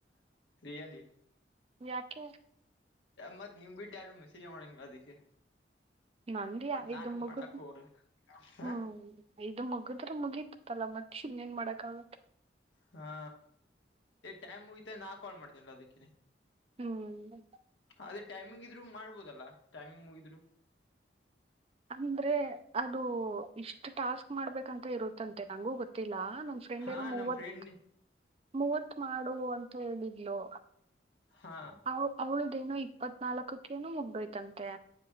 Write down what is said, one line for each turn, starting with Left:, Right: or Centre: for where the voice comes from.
Left: ಯಾಲಿ
Right: ಯಾಕೆ
Left: ಮತ್ತತ್ ನೀವ್ ಬಿಟ್ಟು ಯಾರು ಮೆಸೇಜ್ ಮಾಡೋಂಗಿಲ್ಲ ಅದಕ್ಕೆ
Right: ನಂದಿ ಐದು
Left: ನಾನು
Right: ಮುಗಿದ
Left: ಮಾಡಕ್ ಹೋಗಲ್ಲ ಹ
Right: ಹ್ಮ್ ಐದು ಮುಗ ಮುಗಿದ್ರೆ ಮುಗತತ್ತಲ್ಲಾ ಮತ್ತೆ ಇನ್ನೇಏನ್ ಮಾಡಕ್ ಆಗತ್ತೆ
Left: ಹಾ ಟೈಮ್ ಮುಯತ ನಾ ಕಾಲ್ ಮಾಡ್ತೇನಲ್ಲ ಅದಕ್ಕ
Right: ಹ್ಮ್
Left: ಅದೇ ಟೈಮಿಂಗ್ ಇದ್ರು ಮಾಡ್ಬೋದಲ್ಲಾ ಟೈಮಿಂಗ್ ಮುಗಿದ್ರು
Right: ಅಂದ್ರೆ ಅದು ಇಷ್ಟ ಟಾಸ್ಕ್ ಮಾಡ್ಬೇಕಂತ ಇರುತ್ತಂತೆ ನಂಗೂ ಗೊತ್ತಿ ಇಲ್ಲ ನನ್ ಫ್ರೆಂಡ್
Left: ಹಾ
Right: ಏನೋ ಮೂವತ್
Left: ನಮ್ ಫ್ರೆಂಡ್
Right: ಮೂವತ್ ಮಾಡು ಅಂತ ಹೇಳಿದ್ಲು
Left: ಹಾ
Right: ಅವ ಅವಳ್ದೇನೋ ಇಪ್ಪತ್ ನಾಲ್ಕಕ್ಕೇನು ಮುಗ್ತಾಯಿತ್ತಂತೆ